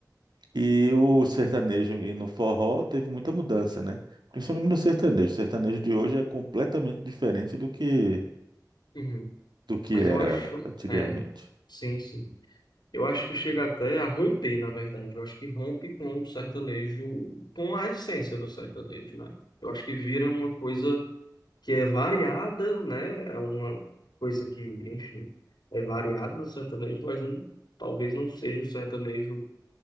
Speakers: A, on the right (about 80°); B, on the left (about 75°).
A: E o sertanejo e no forró teve muita mudança, né? Principalmente no sertanejo. O sertanejo de hoje é completamente diferente do que
B: Uhum.
A: do que
B: Mas
A: era
B: eu acho,
A: antigamente.
B: é, sim, sim. Eu acho que chega até a romper, na verdade. Eu acho que rompe com o sertanejo, com a essência do sertanejo, né? Eu acho que vira uma coisa que é variada, né? É uma coisa que, enfim, é variada do sertanejo, mas não, talvez não seja o sertanejo,